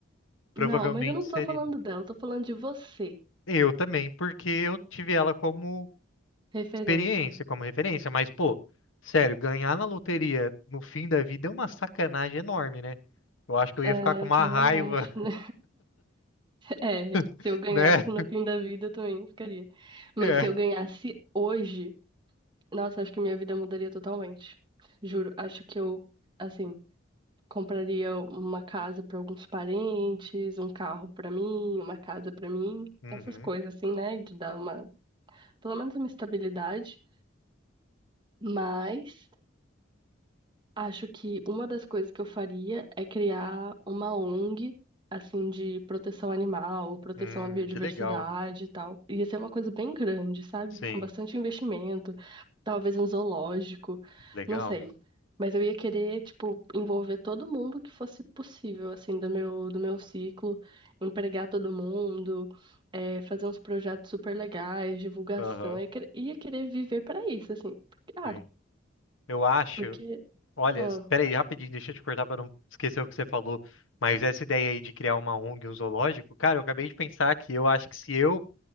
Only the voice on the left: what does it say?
provavelmente
seria.
Eu também, porque eu tive ela como
experiência, como referência, mas pô, sério, ganhar na loteria no fim da vida é uma sacanagem enorme, né? Eu acho que eu
ia ficar com
uma
raiva,
<laughs>
né?
É.
Uhum.
Hum,
que legal.
Sim,
legal.
Aham,
sim. Eu acho
Olha,
espera aí, rapidinho, deixa eu te cortar para não esquecer o que você falou. Mas essa ideia aí de criar uma ONG, um zoológico, cara, eu acabei de pensar que eu acho que se eu